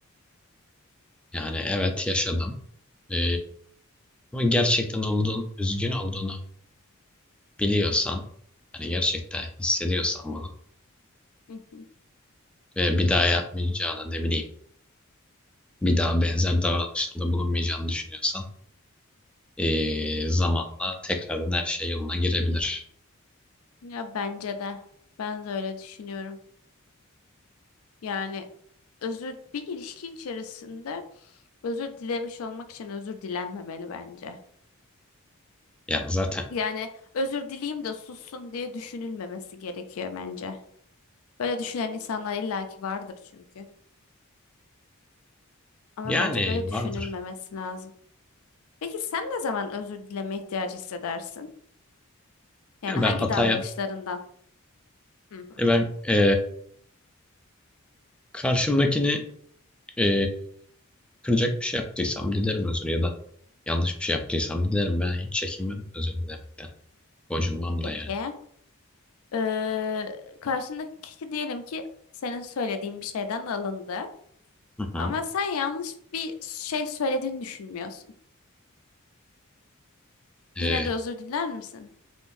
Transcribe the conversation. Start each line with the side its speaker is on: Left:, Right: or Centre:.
Centre: yani evet yaşadım e, ama gerçekten olduğun üzgün olduğunu biliyorsan hani gerçekten hissediyorsan bunu
Left: Hı hı.
Centre: ve bir daha yapmayacağını ne bileyim bir daha benzer davranışlarda bulunmayacağını düşünüyorsan e, zamanla tekrardan her şey yoluna girebilir.
Left: Ya bence de. Ben de öyle düşünüyorum. Yani özür bir ilişki içerisinde özür dilemiş olmak için özür dilenmemeli bence.
Centre: Ya zaten
Left: Yani özür dileyim de sussun diye düşünülmemesi gerekiyor bence. Böyle düşünen insanlar illaki vardır çünkü. Ama
Centre: yani
Left: bence böyle düşünülmemesi
Centre: vardır.
Left: lazım. Peki sen ne zaman özür dileme ihtiyacı hissedersin? Yani
Centre: Ya
Left: hangi
Centre: ben hata
Left: davranışlarından? Hı.
Centre: E ben e, karşımdakini e, kıracak bir şey yaptıysam dilerim özür ya da yanlış bir şey yaptıysam dilerim ben hiç çekinmem özür dilemekten. Gocunmam
Left: Peki.
Centre: da yani.
Left: Ee, karşındaki kişi diyelim ki senin söylediğin bir şeyden alındı.
Centre: Hı hı.
Left: Ama sen yanlış bir şey söylediğini düşünmüyorsun.
Centre: E,
Left: Yine de özür diler misin?